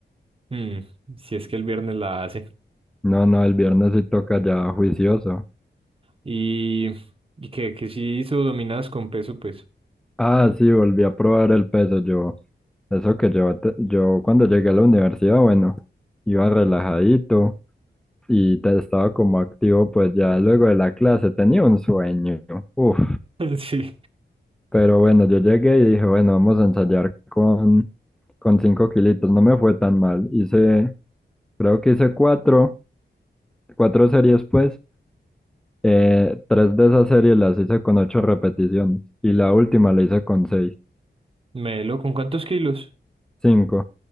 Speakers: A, on the right (about 30°); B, in the centre.
A: Mm, si es que el viernes la hace.
B: No, no, el viernes sí toca ya juicioso.
A: Y, y que, que si hizo dominadas con peso, pues.
B: Ah, sí, volví a probar el peso yo. Eso que yo, te- yo cuando llegué a la universidad, bueno, iba relajadito y te- estaba como activo, pues ya luego de la clase tenía un sueño. Uf,
A: <laughs> Sí.
B: pero bueno, yo llegué y dije, bueno, vamos a ensayar con, con cinco kilitos. No me fue tan mal. Hice, creo que hice cuatro, cuatro series, pues. Eh, tres de esas series las hice con ocho repeticiones y la última la hice con seis,
A: Melo, ¿con cuántos kilos?
B: cinco.